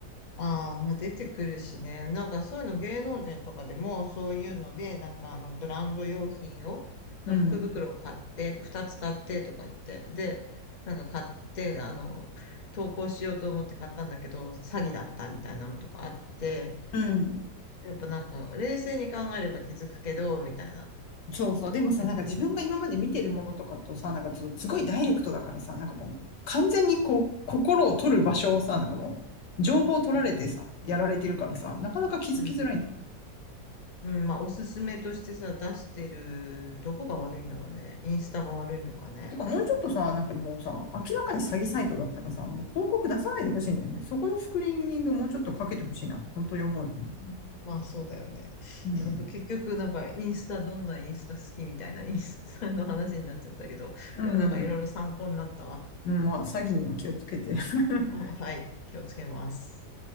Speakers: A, on the left; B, on the left.
A: ああ、まあ出てくるしね。なんかそういうの芸能人とかでもそういうので、なんかあのブランド用品を、の福袋を買って、
B: うん。
A: 二つ買ってとか言って、で、なんか買って、あの、投稿しようと思って買ったんだけど、詐欺だったみたいなのとかあって、
B: うん。
A: やっぱなんか冷静に考えれば気づくけど、みたいな
B: そうそう。
A: とか言ってた。
B: でもさ、なんか自分が今まで見てるものとかとさ、なんかちょっとすごいダイレクトだからさ、なんかもう完全にこう、心を取る場所をさ、なんかもう、情報を取られてさ、
A: うん。
B: やられてるからさ、なかなか気づきづらいんだよね
A: うん。うん、まあおすすめとしてさ、出してる、どこが悪いんだろうね。インスタが悪いのかね。
B: てか、もうちょっとさ、なんかもうさ、明らかに詐欺サイトだったらさ、もう広告出さないでほしいんだよね。そこのスクリーニングもうちょっとかけてほしいなと、本当に思うよね。
A: まあそうだよね。
B: うん。
A: なんか結局なんかインスタどんなインスタ好きみたいな <laughs> インスタの話になっちゃったけど、
B: うん。
A: でもなんかいろいろ参考になったわ。
B: うん、まあ、詐欺には気をつけて。<laughs>
A: あはい、気をつけます。